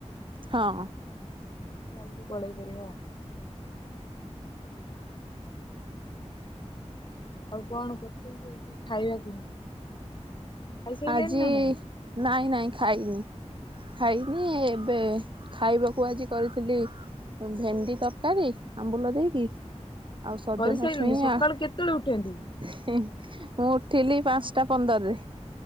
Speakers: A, on the right; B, on the left.
A: ହଁ
B: କାଲି ପଳେଇ ପାରିବ <inaudible> ଆଉ କଣ କଚୁ ଖାଇବାକୁ ଖାଇସାରିଲେଣି
A: ଆଜି
B: ନା ନାଇଁ
A: ନାଇଁ ନାଇଁ? ଖାଇନି। ଖାଇନି ଏବେ ଖାଇବାକୁ ଆଜି କରିଥିଲି ଭେଣ୍ଡି ତରକାରୀ ଆମ୍ବୁଲ ଦେଇକି ଆଉ ସଜନା
B: କରିସାରିଲୁଣି
A: ଛୁଇଁ
B: ସକାଳୁ
A: ଆଉ
B: କେତେବେଳେ ଉଠନ୍ତି କି?
A: ମୁଁ ଉଠିଲି ପାଞ୍ଚଟା ପନ୍ଦରରେ।